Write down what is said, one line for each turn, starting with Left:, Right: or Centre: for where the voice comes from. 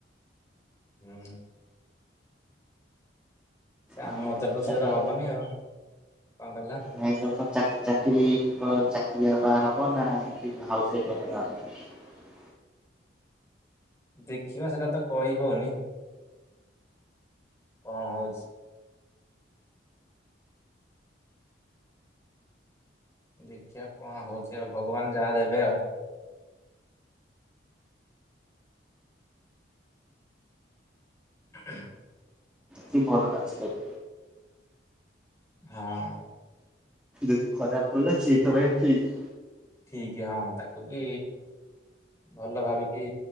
Left: ହୁଁ। ଏ ଆମର
Centre: ଆଉ
Left: ଦ୍ୱାରା ତ
Centre: ଚାକିରି
Left: ସେଇଟା ହବନି ଆଉ। କଣ କହିଲ?
Centre: ନାଇଁ ତୋର ତ ଚା ଚାକିରି କ ଚାକିରିଆ। ବାହା ହବ ନା ଏମତି ହାଉସ ୱାଇଫ କଲେ ବାହା।
Left: ଦେଖିବା ସେଟା ତ କହି ହଉନି। କଁ ହଉଛି। ଦେଖିଆ କଣ ହଉଛି ଆଉ ଭଗବାନ ଯାହା ଦେବେ ଆଉ। <inaudible>
Centre: ସିମ୍ ପର ଟା ଅଛି ଦେଖ।
Left: ହଁ।
Centre: ଯଦି ଖରାପ ପଡ଼ିଲା ସିଏ ତୋ ପାଇଁ ଠିକ୍।
Left: ବିଜ୍ଞା ତାକୁ ବି ଭଲ ଭାବିକି